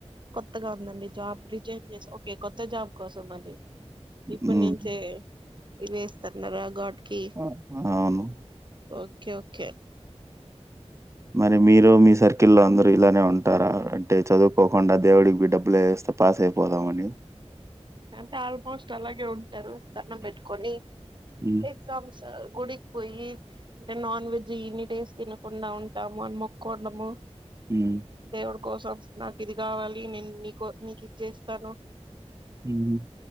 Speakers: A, on the right; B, on the right.
A: కొత్తగా ఉందండి జాబ్ రి జైన్ చేసాం ఓకే కొత్త జాబ్ కోసం మండి ఇప్పుడు
B: హ్మ్.
A: నుంచే ఇవేస్తన్నారా గాడ్ కి
B: అ అవును
A: ఓకే ఓకే
B: మరి మీరు మీ సర్కిల్లో అందరూ ఇలానే ఉంటారా అంటే చదువుకోకుండా దేవుడికి డబ్బులు వేస్తే పాస్ అయిపోదామని
A: అంతే ఆల్మోస్ట్ అలాగే దరువు దండమ్
B: హ్మ్.
A: పెట్టుకొని
B: హ్మ్.
A: ఎగ్జామ్స్ గుడికిపోయి ద నాన్ వెజ్ ఇన్ని డేస్ తినకుండా ఉంటాము అని మొ కొండము
B: హ్మ్.
A: దేవుడు కోసం నాకు ఇది కావాలి నేను నీకో నీకు ఇచ్చేస్తాను
B: ఉమ్